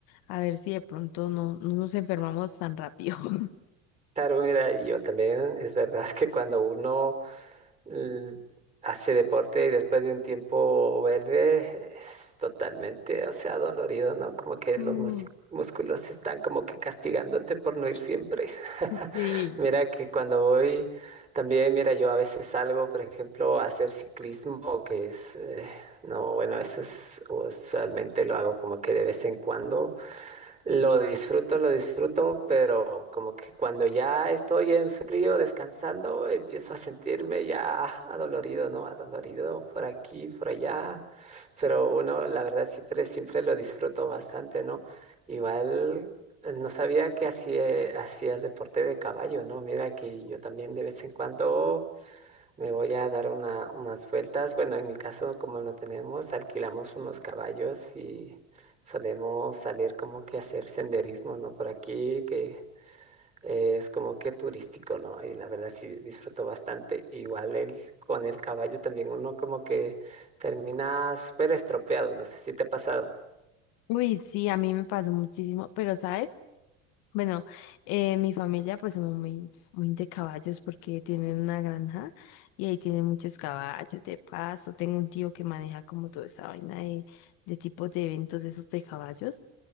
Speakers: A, on the left (about 75°); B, on the right (about 20°).
A: A ver si de pronto no, no nos enfermamos tan rápido. <laughs>
B: Claro, mira, y yo también, es verdad que cuando uno l- hace deporte y después de un tiempo vuelve, es totalmente, o sea, dolorido, ¿no? Como que
A: Mm,
B: los musi- músculos están como que castigándote por no ir siempre. <laughs>
A: Sí.
B: Mira que cuando voy, también, mira, yo a veces salgo, por ejemplo, a hacer ciclismo, que es, eh, no, bueno, eso es, usualmente lo hago como que de vez en cuando Lo disfruto, lo disfruto, pero como que cuando ya estoy en frío descansando, empiezo a sentirme ya adolorido, ¿no? Adolorido por aquí, por allá. Pero uno, la verdad, siempre, siempre lo disfruto bastante, ¿no? Igual eh, no sabía que hacía- hacías deporte de caballo, ¿no? Mira que yo también de vez en cuando. Me voy a dar una, unas vueltas. Bueno, en mi caso, como no tenemos, alquilamos unos caballos y solemos salir como que a hacer senderismo, ¿no? Por aquí, que es como que turístico, ¿no? Y la verdad sí disfruto bastante. Igual el, con el caballo también uno como que termina súper estropeado. No sé si te ha pasado.
A: Uy, sí, a mí me pasó muchísimo. Pero, ¿sabes? Bueno, eh, mi familia pues somos muy, muy de caballos porque tienen una granja y ahí tienen muchos caballos de paso. Tengo un tío que maneja como toda esa vaina de, de tipos de eventos de esos de caballos.